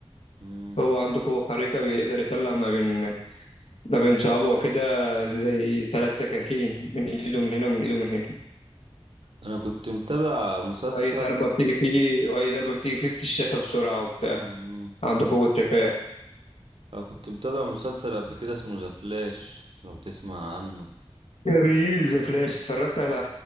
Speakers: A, on the right; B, on the left.
A: امم
B: هو عنده قوة خارقة بيقدر يطلع ما بين ما بين صوابعه كده زي ثلاث سكاكين من ايده من هنا ومن ايده من هنا
A: انا كنت متابع مسلسل
B: واي ضربة بتيجي فيه واي ضربة بتيجي فيه بتشافى بسرعة وبتاع
A: امم
B: عنده قوة شفاء
A: انا كنت متابع مسلسل قبل كده اسمه ذا فلاش لو تسمع عنه
B: جميل زي فلاش اتفرجت على